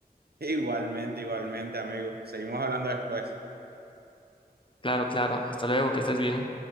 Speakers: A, on the right (about 70°); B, on the left (about 30°).
A: Igualmente, igualmente, amigo. Seguimos hablando después.
B: Claro, claro. Hasta luego, que estés bien.